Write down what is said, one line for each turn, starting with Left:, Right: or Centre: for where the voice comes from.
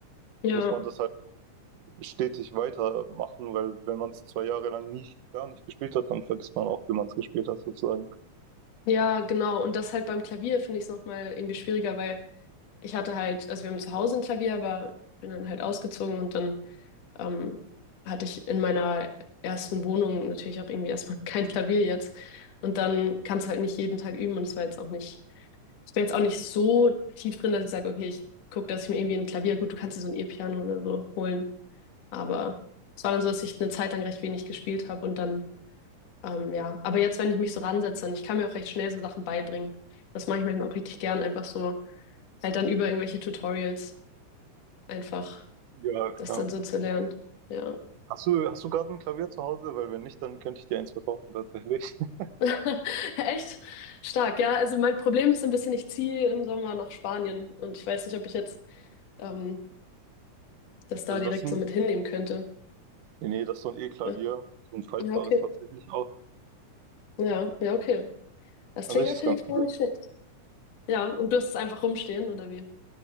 Left: ja,
Right: muss man das halt stetig weitermachen, weil wenn man es zwei Jahre lang nicht, gar nicht gespielt hat, dann vergisst man auch, wie man es gespielt hat sozusagen.
Left: ja, genau, und das halt beim Klavier finde ich es nochmal irgendwie schwieriger, weil ich hatte halt, also wir haben zu Hause ein Klavier, aber bin dann halt ausgezogen und dann ähm, hatte ich in meiner ersten Wohnung natürlich auch irgendwie erstmal <laughs> kein Klavier jetzt. Und dann kannst du halt nicht jeden Tag üben und es war jetzt auch nicht, es war jetzt auch nicht so tief drin, dass ich sage, okay, ich gucke, dass ich mir irgendwie ein Klavier, gut, du kannst dir so ein E-Piano oder so holen. Aber es war dann so, dass ich eine Zeit lang recht wenig gespielt habe und dann, ähm, ja. Aber jetzt, wenn ich mich so ransetze, dann, ich kann mir auch recht schnell so Sachen beibringen. Das mache ich manchmal auch richtig gern, einfach so, halt dann über irgendwelche Tutorials einfach
Right: Ja, klar.
Left: das dann so zu lernen. Ja.
Right: Hast du, hast du gerade ein Klavier zu Hause? Weil wenn nicht, dann könnte ich dir eins verkaufen tatsächlich. <laughs>
Left: <laughs> Echt stark, ja. Also mein Problem ist so ein bisschen, ich ziehe im Sommer nach Spanien und ich weiß nicht, ob ich jetzt ähm, das da
Right: Also
Left: direkt
Right: das sind,
Left: so mit hinnehmen könnte.
Right: nee, das ist so ein E-Klavier,
Left: Äh,
Right: so ein faltbares
Left: Ja, okay.
Right: tatsächlich auch.
Left: Ja, ja, okay. Das klingt
Right: An sich
Left: natürlich
Right: ist ganz
Left: gar
Right: cool.
Left: nicht schlecht. Ja, und du hast es einfach rumstehen, oder wie?